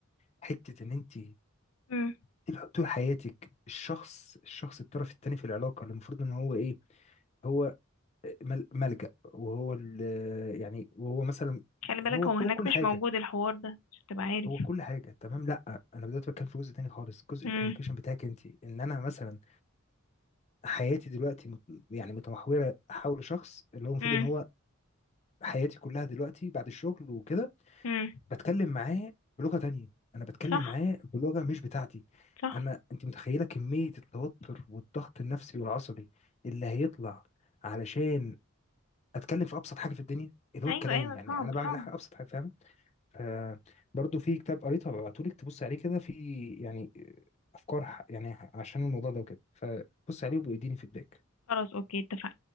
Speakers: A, on the left; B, on the left.
A: حته ان انت
B: مم.
A: طول طول حياتك الشخص الشخص الطرف الثاني في العلاقه اللي المفروض ان هو ايه هو مل- ملجأ وهو ال- يعني وهو مثلا
B: خلي بالك
A: هو
B: هو
A: هو
B: هناك
A: كل
B: مش
A: حاجه
B: موجود الحوار ده عشان تبقى عارف
A: هو كل حاجه تمام لا انا دلوقتي بتكلم في جزء تاني خالص جزء
B: مم.
A: الكوميونيكيشن بتاعك انت ان انا مثلا حياتي دلوقتي مت- يعني متمحوره حول شخص اللي هو المفروض
B: مم.
A: ان هو حياتي كلها دلوقتي بعد الشغل وكده
B: مم.
A: بتكلم معاه بلغه تانية انا بتكلم
B: صح
A: معاه بلغه مش بتاعتي
B: صح
A: انا انت متخيله كميه التوتر والضغط النفسي والعصبي اللي هيطلع علشان اتكلم في ابسط حاجه في الدنيا اللي هو
B: ايوه
A: الكلام
B: ايوه
A: يعني
B: صعب
A: انا بعمل
B: صعب
A: حاجه ابسط حاجه فاهم فبرضه في كتاب قريته هبعتهولك تبص عليه كده في يعني افكار ح- يعني عشان الموضوع ده وكده فبص عليه وبيديني فيدباك
B: خلاص اوكي اتفقنا